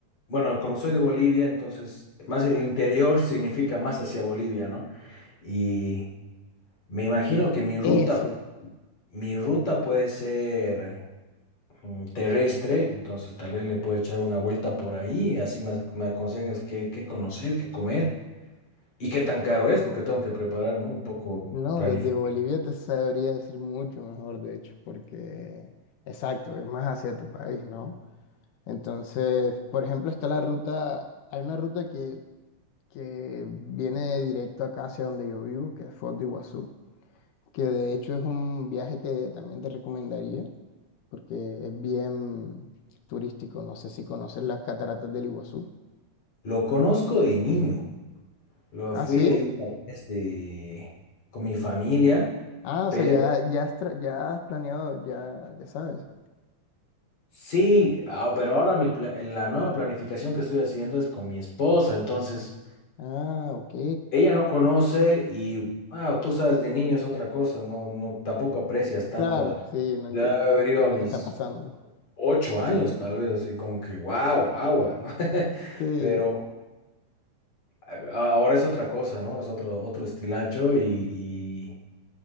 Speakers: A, on the left; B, on the left.
A: bueno, como soy de Bolivia, entonces más el interior significa más hacia Bolivia, ¿no? Y me imagino que mi ruta,
B: Eso,
A: mi ruta puede ser mm, terrestre, entonces tal vez le puedo echar una vuelta por ahí, así me, ac- me aconsejas qué, qué conocer, qué comer. ¿Y qué tan caro es? Porque tengo que preparar, ¿no? Un poco
B: no,
A: planificar.
B: desde Bolivia te sabría decir mucho mejor, de hecho, porque, exacto, es más hacia tu país, ¿no? Entonces, por ejemplo, está la ruta, hay una ruta que, que viene directo acá hacia donde yo vivo, que es Foz de Iguazú, que de hecho es un viaje que también te recomendaría, porque es bien turístico. No sé si conoces las cataratas del Iguazú.
A: Lo conozco de niño. Lo
B: Ah,
A: fui
B: sí.
A: ahí una vez de, con mi familia,
B: Ah,
A: pero
B: o sea, ya, ya has, tra- ya has planeado, ya, ya sabes.
A: sí, ah, pero ahora mi, pla- eh, la nueva planificación que estoy haciendo es con mi esposa. Entonces,
B: Ah, ok.
A: ella no conoce y ah, tú sabes, de niño es otra cosa. No, no, tampoco aprecias tanto
B: Claro,
A: a,
B: sí, no
A: de
B: entiendes
A: haber
B: mucho
A: ido a mis
B: lo que está pasando.
A: ocho años, tal vez, así como que, wow, agua, ¿no? <laughs>
B: Sí.
A: Pero a- Ahora es otra cosa, ¿no? Es otro, otro estilacho y, y